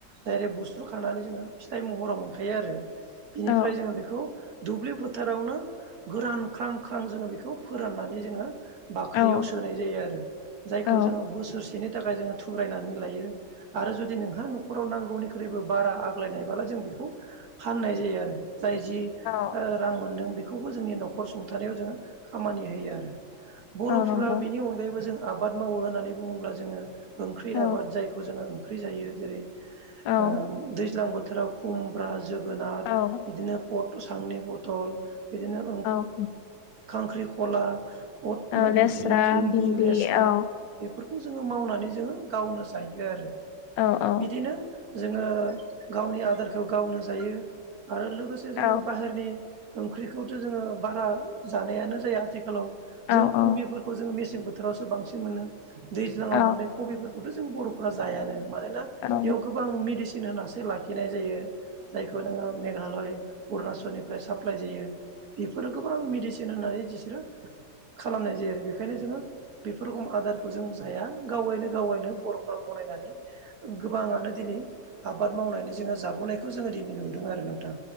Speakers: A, on the right; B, on the left.
A: डाइरेक्ट बुस्रु खानानै जोङो फिथाइ महराव मोनखायो आरो बिनिफ्राय
B: औ
A: जोङो बेखौ दुब्लि फोथारावनो गोरान ख्रां ख्रां जोङो बेखौ फोराननानै जोङो बाख्रियाव
B: औ
A: सोनाय जायो आरो जायखौ
B: औ
A: जोङो बोसोरसेनि थाखाय जोङो थुब्रायनानै लायो। आरो जुदि नोंहा न'खराव नांगौनिख्रुइबो बारा आग्लायनायबला जों बेखौ फाननाय जायो आरो। जाय जि
B: औ
A: रां मोन्दों बेखौबो जोंनि न'खर सुंथानायाव जोङो खामानि होयो आरो। बर'फोरा
B: औ नंगौ
A: बिनि अनगायैबो जों आबाद मावो होननानै बुङोब्ला जोङो ओंख्रि
B: औ
A: आबाद जायखौ जोङो ओंख्रि जायो जेरै
B: औ
A: ओ दैज्लां बोथोराव खुमब्रा जोगोनार
B: औ
A: बिदिनो पट सांनि बथल बिदिनो ओं
B: औ
A: खांख्रिखला पद
B: औ
A: ओमफ्राय
B: लेस्रा
A: बिदिनो भिन्दि लेस्रा
B: औ
A: बेफोर खौ जोङो मावनानै जोङो गावनो जायो आरो
B: औ औ
A: बिदिनो जोङो गावनि आदारखौ गावनो जायो आरो लोगोसे
B: औ
A: जोङो बाहेरनि ओंख्रिखौथ' जोङो बारा जानायानो जाया आथिखालाव
B: औ
A: जों
B: औ
A: कबिफोरखौ जों निस बोथोरावसो बांसिन मोनो दैज्लाङाव
B: औ
A: मोननाय कबिफोरखौथ' जों बर'फोरा जायानो। मानोना
B: औ
A: बेयाव गोबां मेडिसिन होनसो लाखिनाय जायो जायखौ नोङो मेघालय अरुणाचलनिफ्राय साप्लाइ जायो बेफोरो गोबां मेडिसिन होननानै बिसोरो खालामनाय जायो आरो बेखायनो जोङो बेफोर रोखोम आदारखौ जों जाया गावगायनो गावगायनो बर'फोरा बायनानै गोबां दिनै आबाद मावनानै जोङो जाबोनायखौ जोङो दिनै नुदों आरो नो थां